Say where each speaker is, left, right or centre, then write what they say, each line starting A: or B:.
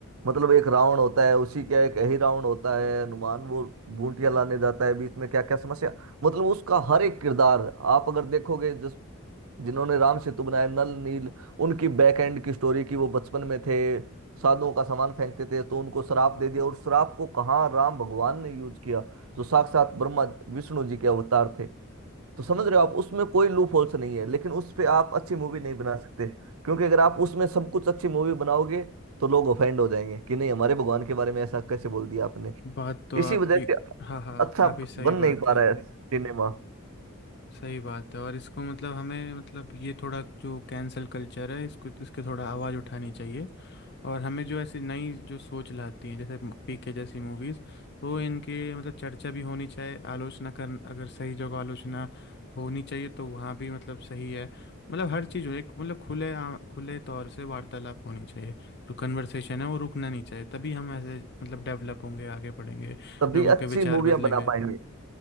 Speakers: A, on the right (about 80°); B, on the left (about 50°).
A: मतलब एक रावण होता है उसी का एक ही रावण होता है हनुमान वो बूटियां लाने जाता है बीच में क्या क्या समस्या मतलब उसका हर एक किरदार आप अगर देखोगे जिस जिन्होंने राम सेतु बनाया नल नील उनकी बैक एंड की स्टोरी की वो बचपन में थे साधुओं का सामान फेंकते थे तो उनको श्राप दे दिया और श्राप को कहाँ राम भगवान ने यूज किया तो साक्षात ब्रह्मा विष्णु जी के अवतार थे तो समझ रहे हो आप उसमें कोई लूप होल्स नहीं है लेकिन उस पे आप अच्छी मूवी नहीं बना सकते क्योंकि अगर आप उसमें सब कुछ अच्छी मूवी बनाओगे तो लोग ऑफेंड हो जाएंगे कि नहीं हमारे भगवान के बारे में ऐसा कैसे बोल दिया आपने
B: बात तो
A: इसी
B: आपकी
A: वजह से
B: हाँ हाँ
A: अच्छा
B: काफ़ी सही
A: बन
B: बात
A: नहीं पा
B: है
A: रहा है सिनेमा
B: सही बात है और इसको मतलब हमें मतलब ये थोड़ा जो कैंसल कल्चर है इसको इसके थोड़ा आवाज़ उठानी चाहिए और हमें जो ऐसी नई जो सोच लाती हैं जैसे पीके जैसी मूवीज वो इनके मतलब चर्चा भी होनी चाहिए आलोचना कर अगर सही जगह आलोचना होनी चाहिए तो वहाँ भी मतलब सही है मतलब हर चीज़ हो एक मतलब खुले आ, खुले तौर से वार्तालाप होनी चाहिए जो कन्वर्सेशन है वो रुकना नहीं चाहिए तभी हम ऐसे मतलब डेवलप होंगे आगे बढ़ेंगे
A: तभी
B: लोगों के
A: अच्छी
B: विचार
A: मूवियां
B: बदलेंगे
A: बना पाएंगे